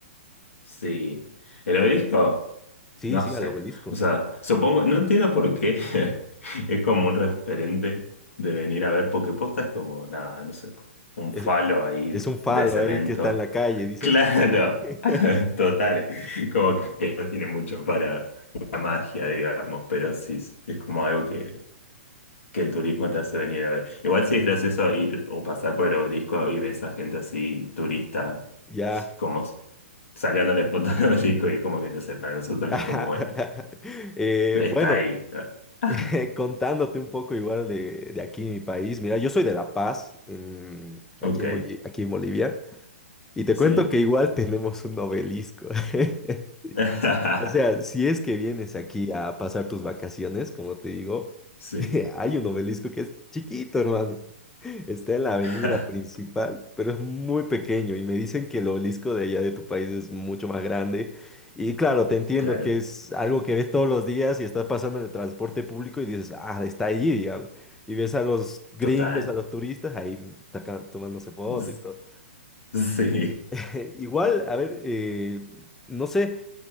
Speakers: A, on the left (about 75°); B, in the centre.
A: Sí. ¿El obelisco?
B: Sí,
A: No
B: sí,
A: sé.
B: al obelisco.
A: O sea, supongo, no entiendo por qué <laughs> es como un referente de venir a ver, porque posta es como, nada, no sé, un
B: Es,
A: falo ahí
B: es un falo
A: de cemento.
B: ahí que está en la calle, dices.
A: Claro,
B: <laughs>
A: <laughs> total. Como que no tiene mucho para una magia, digamos, pero sí, es como algo que que el turismo te hace venir a ver. Igual sí es gracioso ir o pasar por el obelisco y ves a gente así turista,
B: Ya.
A: como s- sacándole fotos al obelisco y como que no sé, para nosotros
B: <laughs>
A: es como, bueno,
B: Eh,
A: está
B: bueno.
A: ahí. <laughs>
B: <laughs> Contándote un poco igual de, de aquí, mi país. Mira, yo soy de La Paz, en- aquí
A: Ok,
B: en Boli- aquí en Bolivia, y te
A: sí.
B: cuento que igual <laughs> tenemos un obelisco. <laughs>
A: <laughs>
B: O sea, si es que vienes aquí a pasar tus vacaciones, como te digo,
A: Sí.
B: <laughs> hay un obelisco que es chiquito, hermano. Está en la avenida
A: <laughs>
B: principal, pero es muy pequeño y me dicen que el obelisco de allá de tu país es mucho más grande. Y claro, te entiendo
A: Claro,
B: que es algo que ves todos los días y estás pasando en el transporte público y dices, ah, está allí, digamos. Y ves a los gringos,
A: total.
B: a los turistas ahí taca- tomándose foto
A: S-
B: y todo.
A: Sí.
B: <laughs> Igual, a ver, eh, no sé,